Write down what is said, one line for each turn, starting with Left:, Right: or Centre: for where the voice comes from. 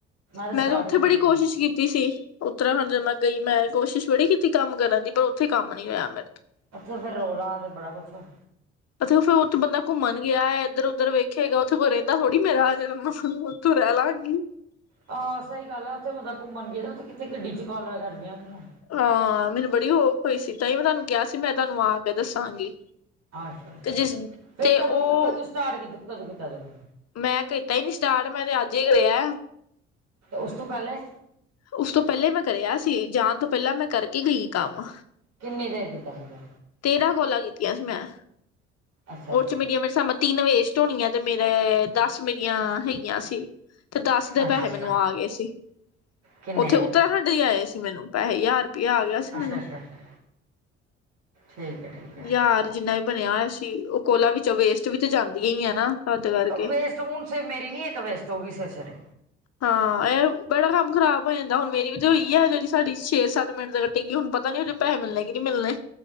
Right: ਤਾਂ
Left: ਮੈਂ
Right: ਸਟਾਰਟ
Left: ਤੇ ਉੱਥੇ
Right: ਹੀ ਅੱਜ
Left: ਬੜੀ
Right: ਕੀਤਾ
Left: ਕੋਸ਼ਿਸ਼ ਕੀਤੀ ਸੀ। ਉੱਤਰਾ ਖੰਡ ਜੇ ਮੈਂ ਗਈ ਮੈਂ ਕੋਸ਼ਿਸ਼ ਬੜੀ ਕੀਤੀ ਕੰਮ ਕਰਨ ਦੀ ਪਰ ਉੱਥੇ ਕੰਮ ਨੀ ਹੋਇਆ ਮੇਰੇ ਤੋਂ।
Right: ਉੱਥੇ ਫਿਰ ਰੌਲਾ ਤੇ ਬੜਾ ਕੁਛ ਹੋਣਾ।
Left: ਪਤਾ ਫਿਰ ਉੱਥੇ ਬੰਦਾ ਘੁੰਮਣ ਗਿਆ ਐ ਇੱਧਰ-ਉੱਧਰ ਵੇਖ। ਵੇਖੇਗਾ ਉੱਥੇ ਕੋਈ ਰਹਿੰਦਾ ਥੋੜੀ ਮੇਰਾ ਆਜ ਮੈਂੱਥੋਂ ਰਹਿ ਲਾ ਗੀ।
Right: ਆਹ ਸਹੀ ਗੱਲ ਹੈ ਉੱਥੇ ਬੰਦਾ ਘੁੰਮਣ ਗਿਆ ਉੱਥੇ ਕਿੱਥੇ ਗੱਡੀ ਚ ਕਾਲਾਂ ਕਰਦੀਆਂ ਗਈਆਂ ਆ।
Left: ਹਾਂ ਮੈਨੂੰ ਬੜੀ ਹੋ ਔਖ ਹੋਈ ਸੀ ਤਾਂਹੀ ਮੈਂ ਤੁਹਾਨੂੰ ਕਿਹਾ ਸੀ। ਮੈਂ ਤੁਹਾਨੂੰ ਆ ਕੇ ਦੱਸਾਂਗੀ।
Right: ਅੱਛਾ,
Left: ਤੇ ਜਿਸ
Right: ਫਿਰ
Left: ਤੇ
Right: ਕਦੋਂ-ਕਦੋਂ
Left: ਉਹ
Right: ਸਟਾਰਟ ਕੀਤਾ ਕਦੋਂ, ਕੀਤਾ ਤੁਸੀਂ।
Left: ਮੈਂ ਕੀਤਾ ਹੀ ਨੀ ਸਟਾਰਟ ਮੈਂ ਤੇ ਅੱਜ ਕਰ ਰਿਆ।
Right: ਉਸ ਤੋਂ ਪਹਿਲਾਂ
Left: ਉਸ ਤੋਂ ਪਹਿਲੇ ਮੈਂ ਕਰਿਆ ਸੀ, ਜਾਣ ਤੋਂ ਪਹਿਲਾਂ ਮੈਂ ਕਰਕੇ ਗਈ ਕੰਮ।
Right: ਕਿੰਨੀ ਦੇਰ ਕੀਤਾ ਸੀ। ਫਿਰ
Left: ਤੇਰਾਂ ਕੋਲਾਂ ਕੀਤੀਆਂ ਸੀ ਮੈਂ,
Right: ਅੱਛਾ
Left: ਉਹ
Right: ਅੱਛਾ
Left: ਚ ਮੇਰੀਆਂ ਮੇਰੇ ਹਿਸਾ ਤਿੰਨ ਵੇਸਟ ਹੋਣੀਆਂ ਤੇ ਮੇਰੇ ਦਸ ਮੇਰੀਆਂ ਹੈਗੀਆ ਸੀ, ਤੇ ਦੱਸ ਦੇ ਪੈਸੇ
Right: ਅੱਛਾ ਅੱਛਾ
Left: ਮੈਨੂੰ ਆ ਗਏ ਸੀ।
Right: ਕਿੰਨੇ
Left: ਉੱਥੇ ਉਤਰਾਖੰਡ ਹੀ ਆਏ ਸੀ ਮੈਨੂੰ ਪੈਸੇ ਹਜ਼ਾਰ ਵੀ ਆ ਗਿਆ ਸੀ
Right: ਅੱਛਾ
Left: ਮੈਨੂੰ
Right: ਅੱਛਾ
Left: <inaudible>
Right: ਅੱਛਾ ਠੀਕ ਹੈ ਠੀਕ ਹੈ
Left: ਹਜ਼ਾਰ ਜਿੰਨਾ ਵੀ ਬਣਿਆ ਹੋਇਆ ਸੀ ਉਹ ਕੋਲਾ ਵਿੱਚੋਂ ਵੈਸਟ ਵੀ ਤਾਂ ਜਾਂਦੀਆਂ ਹੀ ਹੈ ਨਾ। ਤਦ ਕਰਕੇ
Right: ਵੈਸਟ ਹੁਣ ਸ ਮੇਰੀ ਨੀ ਇੱਕ ਵੈਸਟ ਹੋ ਗਈ ਸਵੇਰੇ- ਸਵੇਰੇ।
Left: ਹਾਂ ਇਹ ਬੜਾ ਕੰਮ ਖਰਾਬ ਹੋ ਜਾਂਦਾ ਹੁਣ ਮੇਰੀ ਵੀ ਤੇ ਹੋਈ ਐ। ਜਿਹੜੀ ਸਾਡੀ ਛੇ- ਸੱਤ ਮਿੰਟ ਦੇ ਇਹ ਕੀ ਹੁਣ ਪਤਾ ਨੀ ਉਹਦੇ ਪੈੇਸੇ ਮਿਲਣੇ ਆ ਕਿ ਨਹੀਂ ਮਿਲਣੇ।